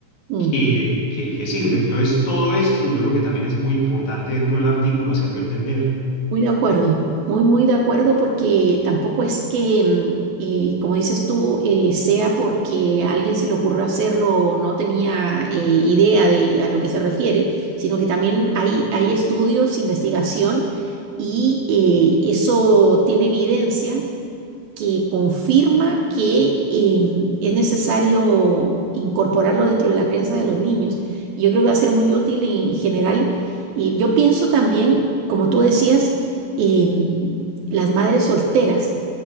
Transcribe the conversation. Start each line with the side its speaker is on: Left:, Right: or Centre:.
Right: Mm.
Left: que, que que sirve. Entonces, todo eso yo creo que también es muy importante dentro del artículo hacerlo entender.
Right: Muy de acuerdo, muy, muy de acuerdo, porque tampoco es que, mm, eh, como dices tú, eh, sea porque a alguien se le ocurrió hacerlo o no tenía eh, idea de a lo que se refiere, sino que también hay, hay estudios, investigación, y eh, eso tiene evidencia que confirma que em, es necesario incorporarlo dentro de la crianza de los niños. Y yo creo que va a ser muy útil en general. Y yo pienso también, como tú decías, em, las madres solteras,